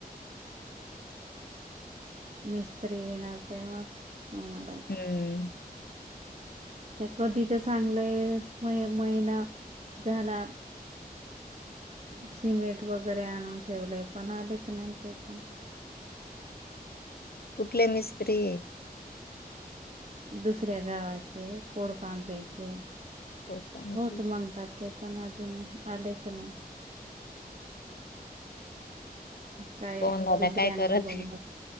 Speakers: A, on the right (about 45°); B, on the left (about 80°).
A: मिस्त्री येणार तेव्हाच होणार आता
B: हम्म
A: ते कधीच सांगलय मे महिना झाला सिमेंट वगैरे आणून ठेवलंय पण आलेच नाही ते पण
B: कुठले मीस्त्री आहे
A: दुसऱ्या गावाचे पोडपांढरीेचे
B: हो का? आणखी
A: होच म्हणतात ते. पण अजून आलेच नाही. काय
B: पवन दादा
A: दुसऱ्यांना
B: काय करत
A: बघू
B: आहे?